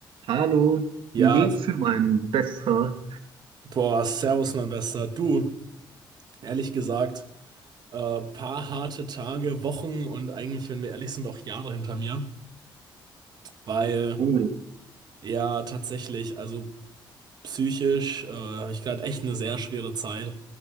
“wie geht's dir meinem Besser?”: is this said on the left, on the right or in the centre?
Right